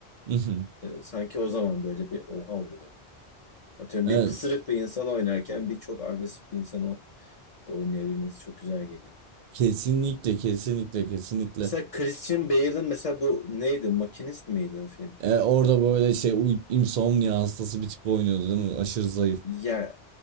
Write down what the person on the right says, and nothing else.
mhm.
Evet.
Kesinlikle, kesinlikle, kesinlikle.
E, orada böyle şey uy- insomnia hastası bir tip oynuyordu değil mi? Aşırı zayıf.